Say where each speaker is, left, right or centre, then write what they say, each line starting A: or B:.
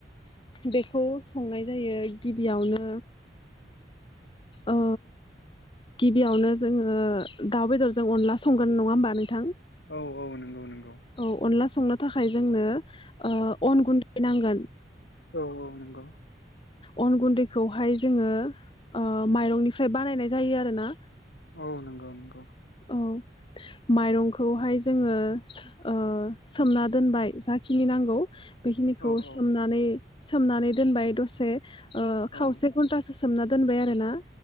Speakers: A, on the left; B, on the left.
A: बेखौ संनाय जायो गिबियावनो ओ गिबियावनो जोङो दाउ बेदरजों अनला संगोन नङा होमबा नोंथां।
B: औ औ नंगौ नंगौ।
A: औ अनलास। संनो थाखाय जोंनो। ओ अन
B: औ
A: गुन्दै नांगोन।
B: औ औ नंगौ।
A: अन गुन्दैखौहाय जोङो ओ माइरंनिफ्राय बानायनाय जायो आरोना।
B: औ नंगौ। गौ।
A: औ माइरंखौहाय जोङो ओ सोमना दोनबाय जाखिनि नांगौ बेखिनिखौ
B: औ औ
A: सोमनानै सोमनानै दोनबाय दसे। ओ खावसे
B: औ
A: घन्टासो सो सोमना दोनबाय आरो ना।